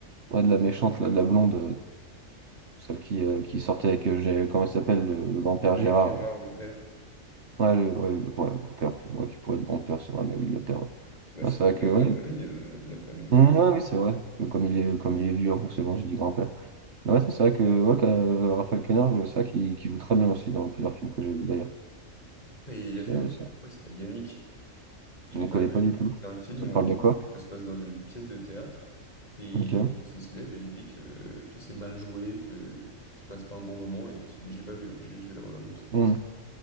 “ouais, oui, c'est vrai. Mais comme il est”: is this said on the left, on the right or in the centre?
Right